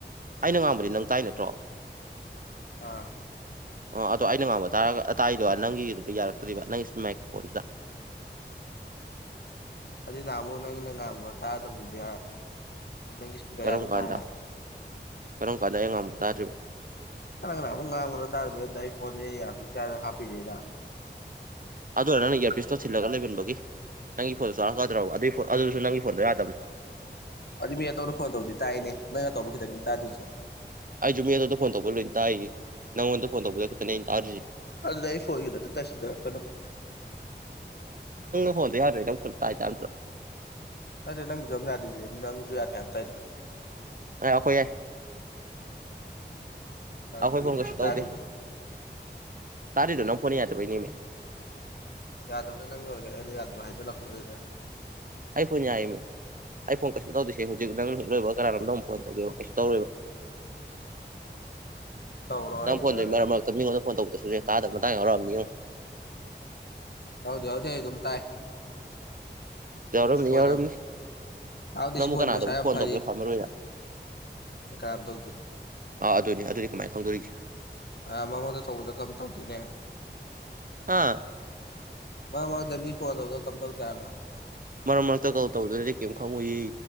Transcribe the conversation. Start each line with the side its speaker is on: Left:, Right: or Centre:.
Right: ꯑꯩꯅ ꯉꯥꯡꯕꯗꯤ ꯅꯪ ꯇꯥꯏ ꯅꯠꯇ꯭ꯔꯣ
Left: ꯑꯥ
Right: ꯑꯣ ꯑꯗꯣ ꯑꯩꯅ ꯉꯥꯡꯕ ꯇꯥꯔꯒ ꯑꯥꯏꯗꯣ ꯅꯪꯒꯤꯗꯨꯗ ꯌꯥꯔꯛꯇꯔꯤꯕ ꯅꯪꯒꯤ ꯃꯥꯏꯀ꯭ꯔꯣ ꯐꯣꯟꯗꯨꯗ
Left: ꯎ ꯑꯗꯨ ꯅꯃꯨ ꯅꯪꯒꯤ ꯅꯪ ꯉꯥꯡꯃ ꯇꯥꯗꯕꯗꯨꯗꯤ ꯅꯪꯒꯤ ꯏꯁꯄꯤꯀꯔ
Right: ꯀꯔꯝ
Left: ꯌꯥꯗ ꯎ
Right: ꯀꯥꯟꯗ
Left: ꯇꯥꯔꯦ
Right: ꯀꯔꯝ ꯀꯥꯟꯗ ꯑꯩꯉꯥꯡꯕ ꯇꯥꯗ꯭ꯔꯤꯕ
Left: ꯀ ꯀꯨꯡ ꯉꯂ ꯇꯔꯗꯏ ꯐꯣꯟ ꯍꯥꯐꯤꯁ ꯍꯥꯞꯄꯤꯤꯔ
Right: ꯑꯗꯨꯅ ꯅꯪꯅ ꯏꯌꯥꯔꯄꯤꯤꯁꯇꯣ ꯊꯤꯜꯂꯒ ꯂꯩꯃꯟꯕꯒꯤ ꯅꯪꯒꯤ ꯐꯣꯟ ꯆꯥꯔꯛꯀꯗ꯭ꯔꯕ ꯑꯗꯨꯒꯤ ꯑꯗꯨꯗꯨꯁꯨ ꯅꯪꯒꯤ ꯐꯣꯟꯗ ꯌꯥꯗꯕꯅꯦ
Left: ꯑꯗꯨ ꯃꯤ ꯑꯇꯣꯝꯅ ꯐꯣꯟ ꯇꯧꯕꯗꯤ ꯇꯥꯛꯏꯅꯦ ꯅꯪ ꯑꯇꯣꯞꯄ ꯈꯤꯇꯪꯗꯤ ꯇꯥꯗꯣꯏꯁꯦ
Right: ꯑꯩꯁꯨꯖ ꯃꯤ ꯑꯇꯣꯝꯗ ꯐꯣꯟ ꯇꯧꯕ ꯂꯣꯏꯅ ꯇꯥꯏꯌꯦ ꯅꯪꯉꯣꯟꯗ ꯐꯣꯟ ꯇꯧꯕꯗ ꯈꯛꯇꯅꯦ ꯑꯩꯅ ꯇꯥꯔꯤꯁꯤꯦ
Left: ꯑ ꯂꯩ ꯐꯗ ꯑꯗꯨ ꯇꯁꯤꯗꯔꯀꯩꯅꯣ
Right: ꯐꯣꯟ ꯌꯥꯔ꯭ꯔꯦ ꯅꯪ ꯐ ꯇꯥꯏ ꯆꯥꯗ꯭ꯔꯣ
Left: ꯅꯠꯇ ꯅꯪ ꯝ ꯌꯥꯗꯤꯖ ꯅꯪꯁꯨ ꯌꯥ ꯊ ꯍꯥꯏꯕ ꯇꯥꯏꯗꯅ
Right: ꯑ ꯑꯩꯈꯣꯏ ꯌꯥꯏ
Left: ꯌꯥꯔꯝꯕꯒꯤꯅꯤ
Right: ꯑꯩꯈꯣꯏ ꯐꯣꯟ ꯀꯁꯤ ꯇꯧꯗꯦ
Left: ꯇꯥꯗ꯭ꯔꯤꯗꯣ
Right: ꯇꯥꯔꯦꯗꯅ ꯐꯣꯟꯅꯤꯗꯕꯅꯤꯃꯦ
Left: ꯌꯥꯗꯕꯅꯦ ꯅꯪ ꯑꯣꯏꯔꯦ ꯍꯥꯏꯂ ꯌꯥꯗꯕ ꯍꯥꯏꯁꯨ ꯂꯛꯄ꯭ꯔꯣꯏꯗ
Right: ꯑ ꯐꯣꯟ ꯌꯥꯏꯃꯦ ꯑꯩ ꯐꯣꯟ ꯀꯩꯁꯨꯝ ꯇꯧꯗꯣꯏꯁꯦ ꯍꯧꯖꯤꯛ ꯅꯪ ꯍꯦꯛ ꯂꯣꯏꯕ ꯀꯅꯥꯔꯣꯝꯗ ꯑꯃꯨꯛ ꯐꯣꯟ ꯇꯧꯒꯦꯕ ꯀꯩꯁꯨ ꯇꯧꯔꯣꯏꯕ
Left: ꯇꯧꯔꯣ
Right: ꯅꯪ
Left: ꯑꯩ
Right: ꯐꯣꯟꯗꯣꯏ
Left: ꯉꯥꯏꯍꯥꯛ ꯂꯩꯔꯒ
Right: ꯃꯔꯛ ꯃꯔꯛꯇ
Left: ꯌꯦꯡꯉꯒꯦ
Right: ꯃꯤꯉꯣꯟꯗ ꯐꯣꯟ ꯇꯧꯕꯗꯁꯨ ꯌꯥ ꯇꯥꯗꯕ ꯃꯇꯥꯡ ꯌꯥꯎꯔꯛꯑꯅꯤꯨ
Left: ꯍꯧꯗ ꯍꯎꯗꯦ ꯑꯗꯨꯝ ꯇꯥꯏ
Right: ꯌꯥꯎꯔꯝꯅꯤ
Left: ꯣ
Right: ꯌꯥꯎꯔꯝꯅꯤ
Left: ꯌꯥꯝꯁꯤ
Right: ꯅꯪꯕꯨ
Left: ꯐꯣ
Right: ꯀꯅꯥꯗꯕꯨ
Left: ꯃꯁꯥꯏ ꯌꯥꯝ
Right: ꯐꯣꯟ
Left: ꯐꯗꯤ
Right: ꯇꯧꯒꯦ ꯈ꯭ꯋꯥꯏ ꯃꯔꯨ ꯑꯣꯏꯅ
Left: ꯀꯔꯝ ꯇꯧꯗꯦ
Right: ꯑꯥ ꯑꯗꯨꯅꯤ ꯑꯗꯨꯅꯤ ꯀꯃꯥꯏꯅ ꯈꯪꯗꯣꯔꯤꯒꯦ
Left: ꯑ ꯃꯉꯣꯟꯗ ꯇꯧꯕꯗ ꯀꯝ ꯇꯧꯗꯣꯏꯅꯦ
Right: ꯍꯥ
Left: ꯃ ꯃꯗꯃꯤ ꯐꯣꯟꯅ ꯇꯧꯗ ꯀꯝ ꯇꯛ ꯌꯥꯒ
Right: ꯃꯔꯛ ꯃꯔꯛꯇ ꯀꯧ ꯇꯧꯗꯅꯗꯤ ꯀꯔꯤꯝ ꯈꯪꯉꯨꯏ